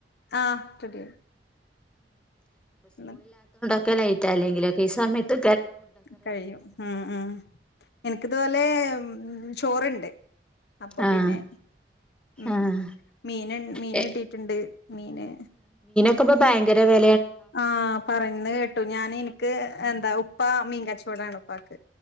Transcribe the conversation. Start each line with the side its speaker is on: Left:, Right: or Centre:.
Left: ആഹ് റെഡിയായി ന്ന്
Centre: ഒക്കലായിട്ടല്ലെങ്കിലൊക്കെ ഈ സമയത്ത്
Left: കഴിയും ഉം ഉം എനിക്കിതുപോലെ ഉം ഉം ചോറിണ്ട് അപ്പൊ
Centre: ആഹ്
Left: പിന്നെ ഉം
Centre: ആഹ്
Left: മീന് മീന്
Centre: ഏ
Left: കിട്ടിട്ടുണ്ട് മീന്
Centre: ക്കെപ്പോ ഭയങ്കര വെ
Left: ആഹ് പറയ്ന്ന കേട്ടു ഞാൻ ഇന്ക്ക് എന്താ ഉപ്പാ മീൻ കച്ചോടാണ് പ്പാക്ക്